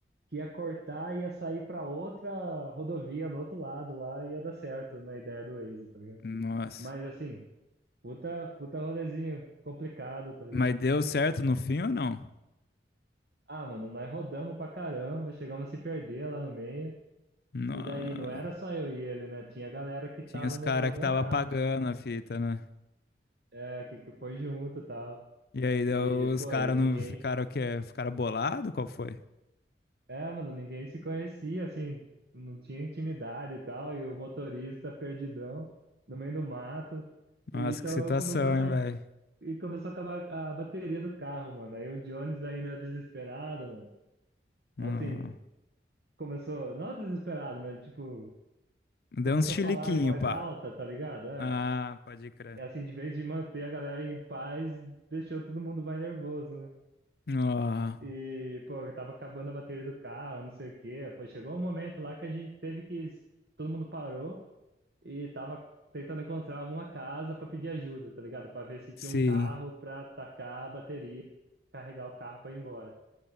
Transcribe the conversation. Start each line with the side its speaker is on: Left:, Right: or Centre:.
Right: que ia cortar e ia sair para outra rodovia no outro lado lá e ia dar certo na ideia do Waze, tá ligado?
Left: Nossa.
Right: Mas assim, puta, puta rolezinho complicado, tá ligado?
Left: Mas deu certo no fim ou não?
Right: Ah, mano, nós rodamos pra caramba, chegamos a se perder lá no meio.
Left: Não.
Right: E daí não era só eu e ele, né? Tinha a galera que tava
Left: Tinha os
Right: no
Left: caras
Right: BlaBlaCar,
Left: que tava pagando a fita, né?
Right: é, que, que foi junto e tal.
Left: E aí deu-
Right: E,
Left: os
Right: pô,
Left: caras
Right: e ninguém,
Left: não ficaram o quê? Ficaram bolado? Qual foi?
Right: É, mano, ninguém se conhecia, assim, não tinha intimidade e tal, e o motorista perdidão no meio do mato. E
Left: Nossa,
Right: então
Left: que situação,
Right: eu- começou a, acab-
Left: hein, velho?
Right: e começou a acabar a bateria do carro, mano. Aí o Jones ainda é desesperado, mano.
Left: Não.
Right: Assim, começou, não desesperado, mas tipo,
Left: Deu
Right: começou
Left: uns chiliquinho,
Right: a falar em voz
Left: pá.
Right: alta, tá ligado? É.
Left: Ah, pode crer.
Right: E assim, de vez de manter a galera em paz, deixou todo mundo mais nervoso, né?
Left: Ah,
Right: E, pô, eu tava acabando a bateria do carro, não sei o quê. Pô, chegou um momento lá que a gente teve que. Todo mundo parou e tava tentando encontrar alguma casa pra pedir ajuda, tá ligado? Pra ver se tinha
Left: sim.
Right: um carro pra tacar a bateria, carregar o carro pra ir embora.